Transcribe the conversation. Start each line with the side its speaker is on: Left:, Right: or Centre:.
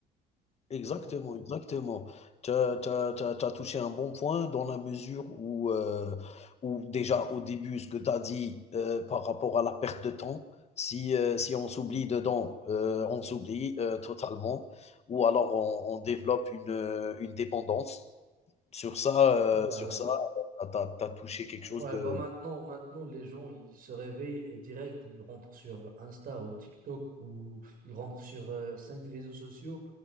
Left: exactement,
Right: Bon,
Left: exactement. Tu as tu as tu as tu as touché un bon point dans la mesure où, heu, où déjà au début ce que tu as dit, heu, par rapport à la perte de temps, si, heu, si on s'oublie dedans, heu, on s'oublie, heu, totalement ou alors on on développe une, heu, une dépendance. Sur ça,
Right: bah
Left: heu, sur
Right: oui.
Left: ça, tu as tu as touché quelque
Right: Ouais,
Left: chose de
Right: bah maintenant, maintenant, les gens, ils se réveillent et direct, ils rentrent sur Insta ou TikTok ou ils rentrent sur euh, cinq réseaux sociaux